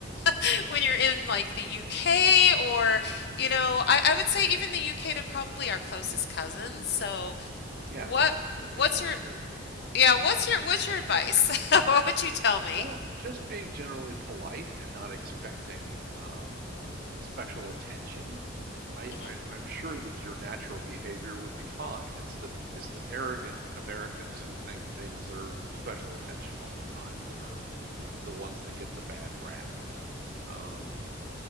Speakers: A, on the left (about 55°); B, on the right (about 50°).
A: <laughs> when you're in like the UK or you know I, I would say even the UK they're probably our closest cousins. So
B: Yeah.
A: what
B: I think
A: what's
B: that's
A: your
B: true.
A: yeah what's your what's your advice? <laughs> What would you tell me?
B: Well, just being generally polite and not expecting um, special attention. I,
A: Mhm.
B: I'm, I'm sure that your natural behavior would be fine. It's the it's the arrogant Americans who think they deserve special attention all the time that are the ones that get the bad rap. Um,